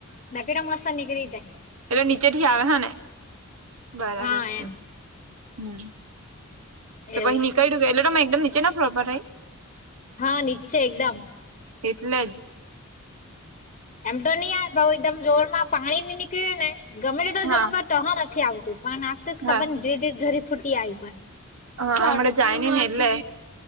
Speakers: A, on the left (about 35°); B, on the right (about 80°).
A: ના કેટ મસ્ત નીકળી જાય
B: એેલે નીચે થી આવે હા ને બરાબર
A: હા
B: છે
A: એમ
B: હમ તો
A: એવું
B: પછ નીકળી કે એટલે તો એકદમ નીચે ના ફ્લો પરરાઈ
A: હા નિચચ એકદમ
B: એટલે જ
A: એમ તો નહી આવેય ભઉ એકદમ જોરમાં પાણી ની નીકળે ને ગમે તે તો
B: હા
A: જનોક ત નથી આવતું પણ આખતા જ ખબર
B: હા
A: ને જે જે જરી ફૂટી આવ્યું હો
B: હા અ જાય ન નલે